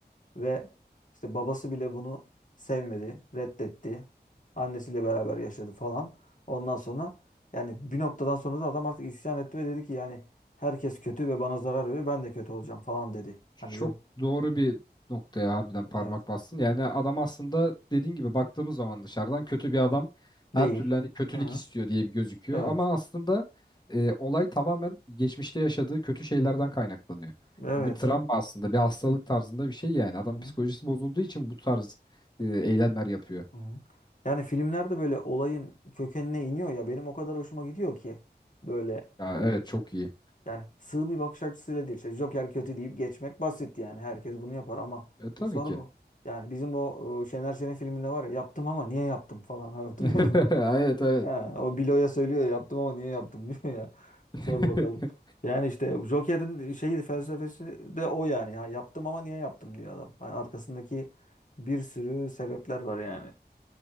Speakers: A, on the left; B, on the left.
A: Ve işte babası bile bunu sevmedi, reddetti. Annesiyle beraber yaşadı falan. Ondan sonra yani bir noktadan sonra da adam artık isyan etti ve dedi ki yani herkes kötü ve bana zarar veriyor. Ben de kötü olacağım falan dedi.
B: Çok
A: Hani çok
B: doğru bir noktaya harbiden parmak
A: evet,
B: bastın. Yani adam aslında dediğin gibi baktığımız zaman dışarıdan kötü bir adam her
A: değil.
B: türlü hani kötülük
A: Hı hı.
B: istiyor diye bir gözüküyor.
A: Evet.
B: Ama aslında e, olay tamamen geçmişte yaşadığı kötü şeylerden kaynaklanıyor.
A: Evet.
B: Bu bir Evet. travma aslında bir hastalık tarzında bir şey yani. Adam
A: Hı hı.
B: psikolojisi bozulduğu için bu tarz e, eylemler yapıyor.
A: Hı hı. Yani filmlerde böyle olayın kökenine iniyor ya benim o kadar hoşuma gidiyor ki böyle
B: Ya evet Evet. çok iyi.
A: Yani sığ bir bakış açısıyla değil. İşte Joker kötü deyip geçmek basit yani. Herkes bunu yapar ama
B: E, tabii
A: bir soru
B: ki.
A: bu. Yani bizim o e, Şener Şen'in filminde var ya yaptım ama niye yaptım falan <laughs> Hani hatırlıyor
B: <laughs>
A: musun onu?
B: Evet
A: <laughs>
B: evet.
A: Ha, o Bilo'ya söylüyor ya, yaptım ama niye yaptım <laughs> diyor ya.
B: <laughs>
A: Sor bakalım. Yani işte Joker'in şeyi felsefesi de o yani. Ha, yaptım ama niye yaptım diyor adam. Hani arkasındaki bir sürü sebepler var yani.